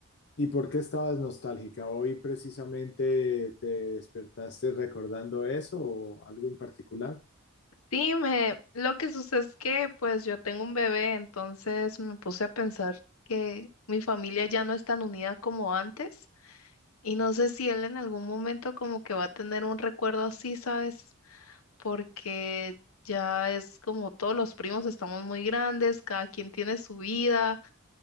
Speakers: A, on the left; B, on the left.
A: ¿Y por qué estabas nostálgica? ¿Hoy precisamente te despertaste recordando eso o algo en particular?
B: Sí, me, lo que sucede es que pues yo tengo un bebé, entonces me puse a pensar que mi familia ya no es tan unida como antes y no sé si él en algún momento como que va a tener un recuerdo así, ¿sabes? Porque ya es como todos los primos estamos muy grandes, cada quien tiene su vida.